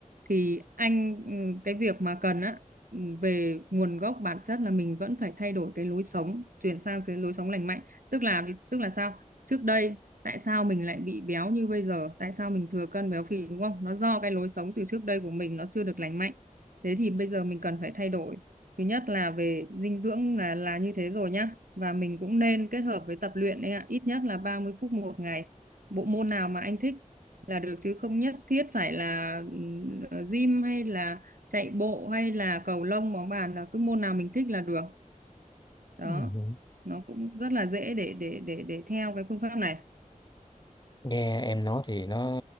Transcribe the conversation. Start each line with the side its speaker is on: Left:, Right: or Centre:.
Right: thì anh ừ, cái việc mà cần á ừ, về nguồn gốc bản chất là mình vẫn phải thay đổi cái lối sống chuyển sang cái lối sống lành mạnh tức là tức là sao trước đây tại sao mình lại bị béo như bây giờ tại sao mình thừa cân béo phì đúng không nó do cái lối sống từ trước đây của mình nó chưa được lành mạnh thế thì bây giờ mình cần phải thay đổi thứ nhất là về dinh dưỡng là là như thế rồi nhá và mình cũng nên kết hợp với tập luyện đấy ạ, ít nhất là 30 phút một ngày. Bộ môn nào mà anh thích là được chứ không nhất thiết phải là ừ, ờ, gym hay là chạy bộ hay là cầu lông bóng bàn là cứ môn nào mình thích là được. Đó.
Left: rồi
Right: Nó cũng rất là dễ để để để để theo cái phương pháp này.
Left: nghe em nói thì nó